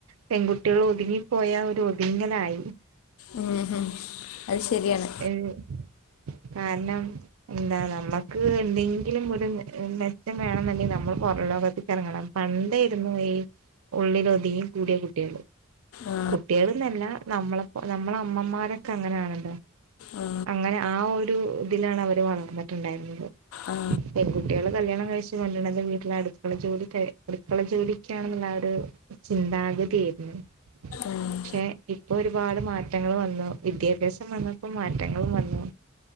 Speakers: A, on the right (about 80°); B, on the left (about 75°).
A: പെൺകുട്ടികൾ ഒതുങ്ങിപ്പോയാ ഒരു ഒതുങ്ങലായി.
B: ഉം ഹ അത് ശരിയാണ്
A: ഏഹ് കാരണം എന്താ നമ്മുക്ക് എന്തെങ്കിലും ഒരു മെച്ചം വേണെന്നണ്ടെങ്കിൽ നമ്മൾ പുറ ലോകത്തി ഇറങ്ങണം പണ്ടായിരുന്നു ഈ ഉള്ളില ഒതിങ്ങി കൂടിയ കുട്ടികൾ
B: ആ
A: കുട്ടികൾന്നല്ല നമ്മളപ്പോ നമ്മളെ അമ്മമാരൊക്കെ അങ്ങനൊണണ്ടോ
B: ആ
A: അങ്ങനെ ആ ഒരു ഇതിലാണ് അവര് വളർന്നിട്ടുണ്ടായിരുന്നത്.
B: ആ ആ
A: പെൺകുട്ടികൾ കല്യാണം കഴിച്ച് കൊണ്ടന്നത് വീട്ടിലടുക്ക ക്ക ജോലി അടുക്കള ജോലിക്കാണെന്നുള്ള ഒരു ചിന്താഗതിയയിരുന്നു.
B: ഉം
A: പക്ഷെ
B: ഉം
A: ഇപ്പൊ ഒരുപാട് മാറ്റങ്ങൾ വന്നു വിദ്യാഭ്യാസം വന്നപ്പോ മാറ്റങ്ങളും വന്നു